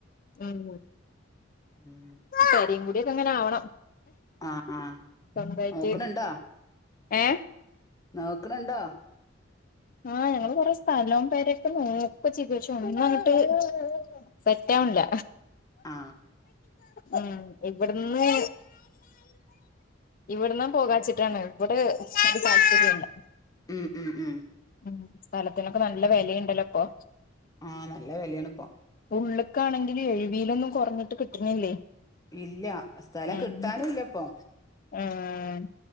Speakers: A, on the left; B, on the left.
A: ഉം
B: ഉം
A: പേരേം കുടീയൊക്കെ ങ്ങനെ ആവണം
B: ആ ആ
A: സ്വന്തായിട്ട്
B: നോക്കണ് ണ്ട
A: ഏഹ്
B: നോക്കണ് ണ്ടോ?
A: ആ ഞങ്ങള് കൊറെ സ്ഥലൊം പെരെക്കെ നോക്കച്ചേക്ക ക്ഷെഒന്നുവങ്ട്ട്. സെറ്റാവണില്ല
B: ആ
A: ഉം ഇവിട്‌ന്ന് ഇവിടന്ന് പോകാച്ചിട്ടാണ് ഇവിടെ താല്പര്യല്ല
B: ഉം ഉം ഉം
A: ഉം സ്ഥലത്തിനൊക്കെ നല്ല വെലേണ്ടല്ലോ ഇപ്പൊ.
B: ആഹ് നല്ല വെലയാണ് ഇപ്പം
A: ഉള്ളുക്കാണെങ്കിൽ എഴുവിലൊന്നും കൊറഞ്ഞിട്ട് കിട്ടണില്ലേ
B: ഇല്ല സ്ഥലം
A: ഉം
B: കിട്ടാനുംല്ലപ്പൊ
A: ആഹ്